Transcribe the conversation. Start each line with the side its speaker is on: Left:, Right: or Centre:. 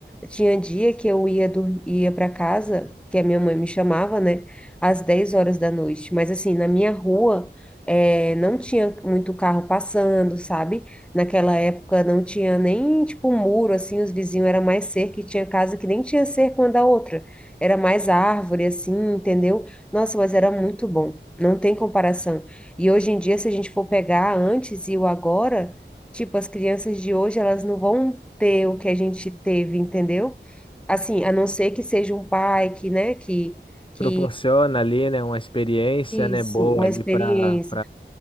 Centre: tinha dia que eu ia, dor- ia para casa, que a minha mãe me chamava, né, às 10 horas da noite. Mas assim, na minha rua, eh, não tinha muito carro passando, sabe? Naquela época não tinha nem, tipo, muro, assim, os vizinhos era mais cerca, e tinha casa que nem tinha cerca uma da outra. Era mais árvore, assim, entendeu? Nossa, mas era muito bom. Não tem comparação. E hoje em dia, se a gente for pegar antes e o agora, tipo, as crianças de hoje, elas não vão ter o que a gente teve, entendeu? Assim, a não ser que seja um pai que, né, que, que
Left: Proporciona ali, né, uma experiência, né,
Centre: isso,
Left: boa
Centre: uma
Left: ali
Centre: experiência.
Left: para